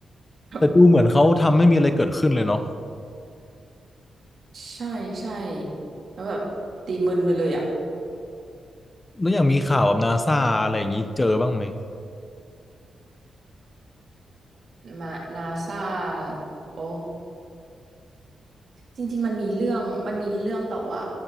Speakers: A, on the right (about 60°); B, on the left (about 25°).
A: แบบ
B: แต่ดูเหมือนเขาทำไม่มีอะไรเกิดขึ้นเลยเนาะ
A: ใช่ใช่แล้วแบบตีมึนไปเลยอ่ะ
B: แล้วอย่างมีข่าวแบบนาซาอะไรอย่างนี้เจอบ้างไหม
A: มานาซาโอจริงๆมันมีเรื่องมันมีเรื่องแต่ว่า